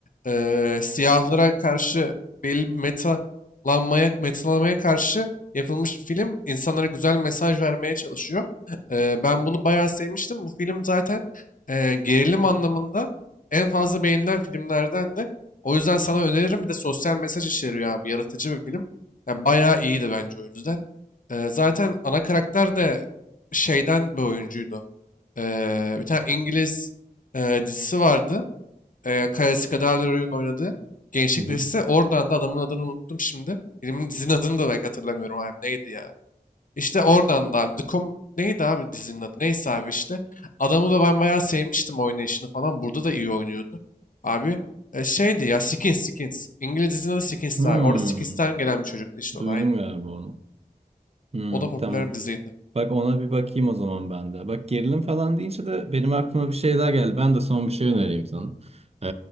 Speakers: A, on the left; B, on the right.
A: Ee, siyahlara karşı belli bir meta lanmaya, metinlemeye karşı yapılmış bir film. İnsanlara güzel mesaj vermeye çalışıyor. Eee, ben bunu bayağı sevmiştim. Bu film zaten eee, gerilim anlamında en fazla beğenilen filmlerden de. O yüzden sana öneririm. Bir de sosyal mesaj içeriyor abi. Yaratıcı bir film. Yani bayağı iyiydi bence o yüzden. Eee, zaten ana karakter de şeyden bir oyuncuydu. Eee, bir tane İngiliz eee, dizisi vardı. E, Karasi Oyun oynadı. Gençlik
B: hı.
A: dizisi. Oradan da adamın adını unuttum şimdi. Filmin dizinin adını da belki hatırlamıyorum abi. Neydi ya? İşte oradan da abi. The Com- Neydi abi dizinin adı? Neyse abi işte. Adamı da ben bayağı sevmiştim oynayışını falan. Burada da iyi oynuyordu. Abi e, şeydi ya Skins Skins. İngiliz dizinin adı Skins'ti
B: Hmm,
A: abi. Orada Skins'ten gelen bir çocuktu işte
B: duydum
A: o da aynı.
B: galiba onu. Hmm,
A: O da popüler
B: tamam.
A: bir diziydi.
B: Bak ona bir bakayım o zaman ben de. Bak gerilim falan deyince de benim aklıma bir şey daha geldi. Ben de son bir şey önereyim sana. Ee,